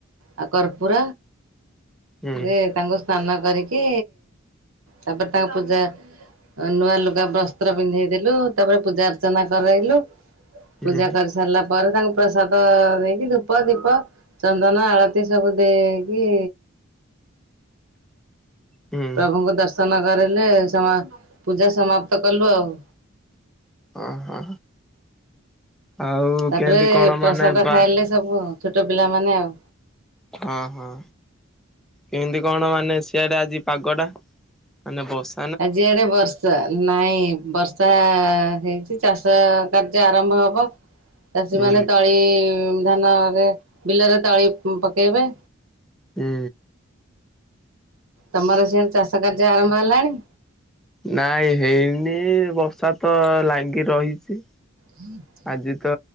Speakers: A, on the right (about 80°); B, in the centre.
A: ଆଉ କର୍ପୁର
B: ହୁଁ
A: ଯେ ତାଙ୍କୁ ସ୍ନାନ କରିକି ତାପରେ ତାଙ୍କ ପୂଜା ନୂଆ ଲୁଗା ବସ୍ତ୍ର ପିନ୍ଧେଇଦେଲୁ ତାପରେ ପୂଜା ଅର୍ଚ୍ଚନା କରାଇଲୁ।
B: ହୁଁ
A: ପୂଜା କରିସାରିଲା ପରେ ତାଙ୍କୁ ପ୍ରସାଦ ପ ଦେଇକି ଧୂପ, ଦୀପ, ଚନ୍ଦନ, ଆଳତି ସବୁ ଦେଇକି
B: ହୁଁ
A: ପ୍ରଭୁଙ୍କୁ ଦର୍ଶନ କରିଲେ ସମ ପୂଜା ସମାପ୍ତ କଲୁ ଆଉ।
B: ଓହୋ ଆଉ
A: ତାପରେ
B: କେମିତି କଣ
A: ପ୍ରସାଦ
B: ମାନେ ବା
A: ଖାଇଲେ ସବୁ ଛୋଟ ପିଲାମାନେ ଆଉ।
B: ହଁ, ହଁ। କେମିତି କଣ ମାନେ ସିଆଡେ ଆଜି ପାଗଟା? ମାନେ ବଷ୍
A: ଆଜି ଆଡ଼େ ବର୍ଷା। ନାଇଁ ବର୍ଷା ହେଇଛି ଚାଷ କାର୍ଯ୍ୟ ଆରମ୍ଭ ହବ। ଚାଷୀ
B: ହୁଁ
A: ମାନ ତଳି ଧାନରେ ବିଲରେ ତଳି ପକେଇବେ।
B: ହୁଁ।
A: ତମର ସେଆଡ଼ ଚାଷ କାର୍ଯ୍ୟ ଆରମ୍ଭ ହେଲାଣି?
B: ନାଇଁ ହେଇନି ବର୍ଷା ତ ଲାଗି ରହିଛି।
A: ହୁଁ।
B: ଆଜି ତ